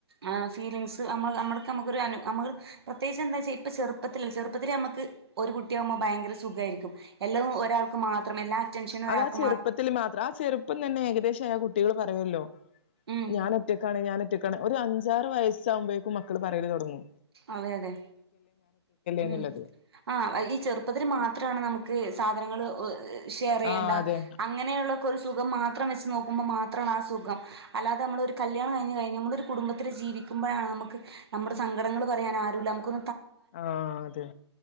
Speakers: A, on the right; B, on the left.
A: ആഹ് ഫീലിങ്സ് അമ്മള് അമ്മട്ക്കമ്മ് ക്കൊരു അനു അമക് പ്രത്യേകിച്ചെന്താച്ച ഇപ്പ ചെറുപ്പത്തില് ചെറുപ്പത്തിൽ ഞമ്മക്ക് ഒരു കുട്ടിയാകുമ്പോ ഭയങ്കര സുഗായിരിക്കും എല്ലവും ഒരാക്ക് മാത്രം എല്ലാ അറ്റൻഷനും
B: അതാ
A: ഒരാൾക്ക്
B: ചെറുപ്പത്തിൽ മാത്രം ആ ചെറുപ്പം തന്നെ ഏകദേശ ആ കുട് ട്ടികള് പറയല്ലോ
A: ഉം
B: ഞാനൊറ്റക്കാണ് ഞാനൊറ്റക് ഒരു അഞ്ചാറ് വയസ്സാകുമ്പഴേക്കും മക് കള് പറയൽ തൊടങ്ങും
A: അതെ അതെ ഉം
B: എന്നുള്ളത്
A: ആ ഈ ചെറ് പ്പത്തില് മാത്രാണ് നമുക്ക് സാധനങ്ങള് ഷെയറെയ്യണ്ട
B: ആ അതെ
A: അങ്ങനെയുള്ളൊക്കൊരു സുഖം മാത്രം വെച്ച് നോക്കുമ്പോ മാത്രാണാ സുഖം അല്ലാതെ നമ്മള് ഒരു കല്യാണം കഴിഞ്ഞ് കഴിഞ്ഞ് നമ്മള് ഒരു കുടുംബത്തിൽ ജീവിക്കുമ്പോളാണ് നമുക്ക് നമ്മുടെ സങ്കടങ്ങളും പറയാൻ ആരുമില്ല നമുക്ക്
B: ആ അതെ